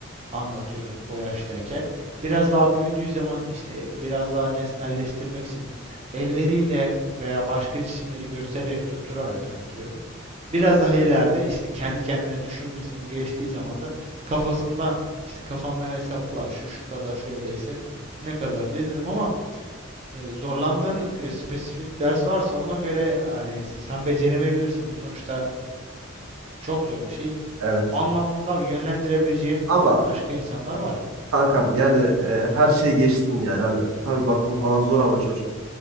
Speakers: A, on the right; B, on the right.
A: anlatıyordum o yaştayken. Biraz daha büyüdüğü zaman işte biraz daha nesnelleştirmek için elleriyle veya başka cisimleri göstererek tutturarak yaptırıyordum. Biraz daha ileride işte kendi kendine düşünmesinin geçtiği zaman da kafasından işte kafandan hesapla şu şu kadar şöyleyse ne kadar diye dedim ama e, zorlandığın e, spesifik ders varsa ona göre hani sen
B: Hı hı.
A: beceremeyebilirsin. Bu sonuçta çok zor bir şey.
B: Evet.
A: O anlamda yönlendirebileceğim
B: Ama
A: e, başka insanlar var.
B: Kankam yani e, her şey geçtim yani. Hani, tabii bakım falan zor ama çocuğun.